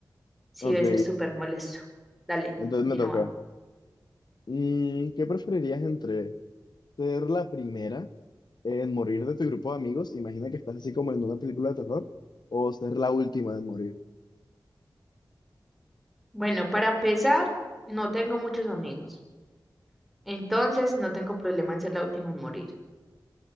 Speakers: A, in the centre; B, on the left.
A: Sí,
B: Ok,
A: debe ser súper molesto. Dale,
B: entonces
A: continúa.
B: me toca. Mm, ¿qué preferirías entre ser la primera? en morir de tu grupo de amigos. Imagina que estás así como en una película de terror o ser la última en morir.
A: Bueno, para empezar, no tengo muchos amigos. Entonces, no tengo problema en ser la última en morir.